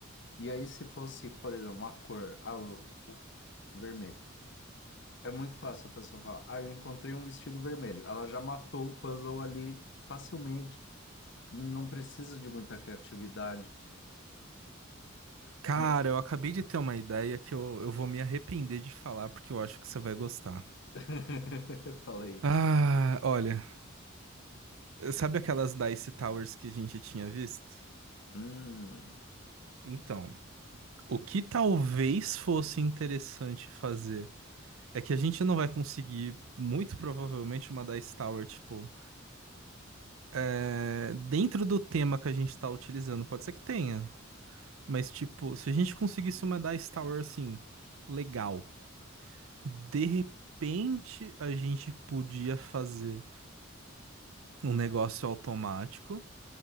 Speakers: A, on the left; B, on the right.
A: E aí, se fosse, por exemplo, a cor, ah, o, o vermelho, é muito fácil a pessoa falar, ah, eu encontrei um vestido vermelho. Ela já matou o puzzle ali facilmente. Não precisa de muita criatividade.
B: Cara,
A: Mas
B: eu acabei de ter uma ideia que eu, eu vou me arrepender de falar, porque eu acho que você vai gostar.
A: <laughs> eu falei,
B: Ah, olha, sabe aquelas Dice Towers que a gente tinha visto?
A: hum,
B: Então, o que talvez fosse interessante fazer é que a gente não vai conseguir, muito provavelmente, uma Dice Tower, tipo. É, dentro do tema que a gente tá utilizando, pode ser que tenha, mas tipo, se a gente conseguisse uma Dice Tower assim, legal, de repente a gente podia fazer um negócio automático.